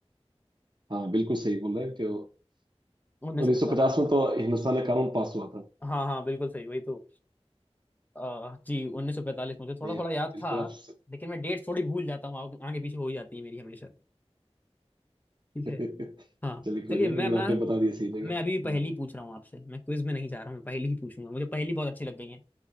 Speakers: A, on the right; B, on the left.
A: हाँ बिल्कुल सही बोल रहे हैं कि
B: उन्नीस
A: उन्नीस
B: सौ पैंतालीस
A: सौ पचास में तो हिंदुस्तान में कानून पास हुआ था
B: हाँ हाँ बिल्कुल सही वही तो अ, जी 1945 मुझे थोड़ा
A: ये
B: थोड़ा याद
A: बिल्कुल
B: था
A: आप स-
B: लेकिन मैं डेट थोड़ी भूल जाता हूँ आग- आगे पीछे हो ही जाती है मेरी हमेशा
A: <laughs>
B: ठीक है
A: चलिए
B: हाँ
A: कोई
B: चलिए
A: नहीं
B: मैं
A: लेकिन
B: अपना
A: आपने बता दिया सही जगह
B: मैं अभी पहेली
A: हम्म
B: पूछ रहा हूँ आपसे मैं क्विज में नहीं जा रहा हूँ मैं पहेली ही पूछूंगा मुझे पहेली बहुत अच्छी लग गई है